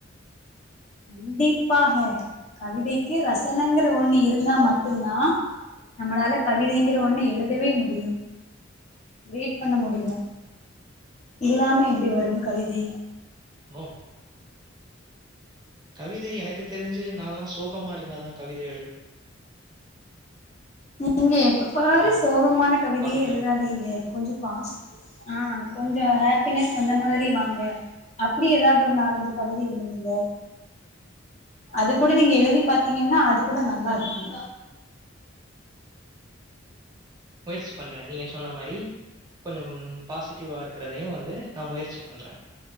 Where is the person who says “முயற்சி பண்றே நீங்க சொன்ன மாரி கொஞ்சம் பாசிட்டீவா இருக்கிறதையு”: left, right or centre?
Right